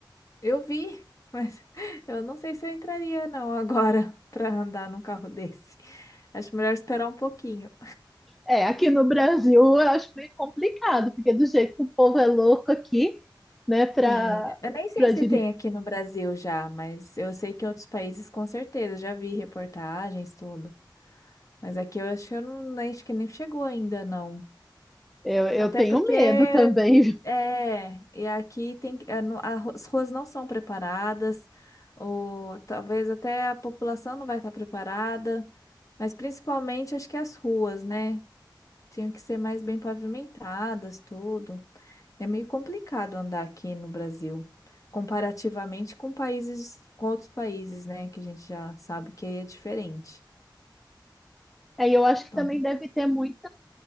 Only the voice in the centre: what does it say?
É, aqui no Brasil eu acho meio complicado, porque do jeito que o povo é louco aqui, né, Para
para
dirigir.
Eu, eu
tenho
medo também. <laughs> viu?
Aí eu acho que
também deve ter muito